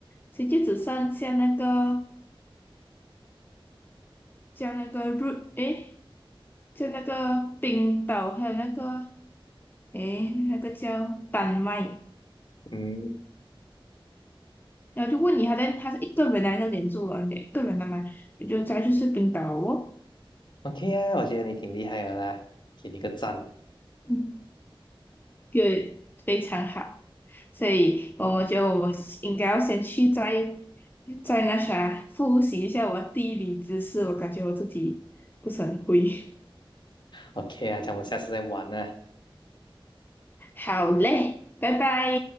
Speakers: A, on the left (about 20°); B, on the left (about 55°).
A: 所以就只剩下那个叫那个瑞，诶，叫那个冰岛，还有那个诶，那个叫丹麦，
B: 嗯
A: 然后就问你，他在他是一个人来那边住啊，一个人的嘛，我就再去吃冰岛哦，
B: ，OK 啊，我觉得你挺厉害的啦，给你个赞。
A: 嗯，就非常好，所以我觉得我应该要先去再再那啥复习一下我地理知识，我感觉我自己不是很会，
B: OK 啊，这样我们下次再玩呢。
A: <laughs> 好嘞，拜拜。